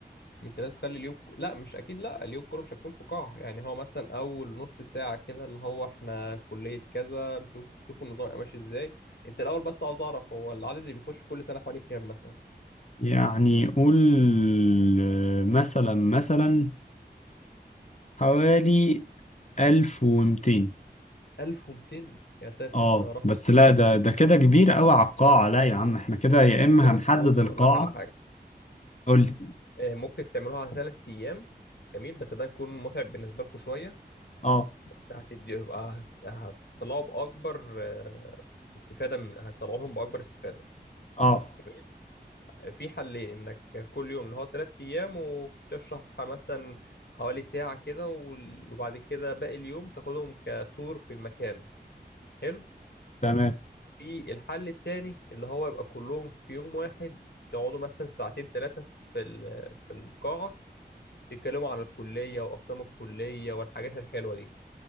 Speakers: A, on the left; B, on the left.
A: من تلاتة تخلي اليوم ك... لا مش اكيد لا اليوم كله مش هتكون في قاعة يعني هو مثلا اول نص ساعة كده اللي هو احنا كلية كذا نشوف نشوف النظام يبقى ماشي ازاي انت الاول بس عاوز اعرف هو العدد اللي بيخش كل سنة حوالي كام مثلا
B: يعني قول آه، مثلا مثلا حوالي ألف ومتين
A: 1200 يا ساتر
B: اه
A: ده رقم
B: بس
A: كبير
B: لا ده ده كده كبير قوي على القاعة لا يا عم احنا كده يا
A: انت
B: اما
A: انت
B: هنحدد
A: بص
B: القاعة
A: اقول لك على حاجة
B: قول لي
A: آه، ممكن تعملوها على ثلاث ايام جميل بس ده هيكون متعب بالنسبه لكم شويه
B: اه
A: بس هتدي يبقى هت- هتطلعوا باكبر آه، استفاده من هتطلعوا لهم باكبر استفاده
B: اه
A: جميل آه، في حلين انك كل يوم اللي هو ثلاث ايام وتشرح مثلا حوالي ساعه كده وال- وبعد كده باقي اليوم تاخدهم كتور في المكان حلو
B: تمام
A: في الحل التاني اللي هو يبقى كلهم في يوم واحد تقعدوا مثلا ساعتين ثلاثه في ال- في القاعه تتكلموا عن الكلية وأقسام الكلية والحاجات الحلوة دي